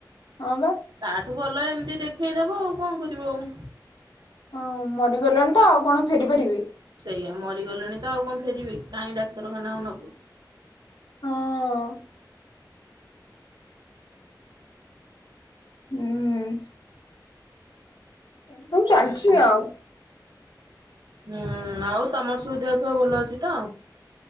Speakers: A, on the left (about 70°); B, on the right (about 70°).
A: ହଁ ବା
B: ତାଠୁ ଭଲ ଏମିତି ଦେଖେଇଦବୁ ଆଉ କଣ କରିବୁ ଆଉ।
A: ହଁ ମରିଗଲେଣି ତ ଆଉ କଣ ଫେରି ପାରିବେ।
B: ସେଇଆ ମରିଗଲେଣି ତ ଆଉ କଣ ଫେରିବେକି କାହିଁ ଡାକ୍ତରଖାନାକୁ ନବୁ।
A: ହଁ ହୁଁ ସବୁ ଚାଲିଛି
B: ଆଉ କଣ
A: ଆଉ।
B: ହୁଁ ଆଉ ତମର ସବୁ ଦେହଫେହ ଭଲ ଅଛି ତ?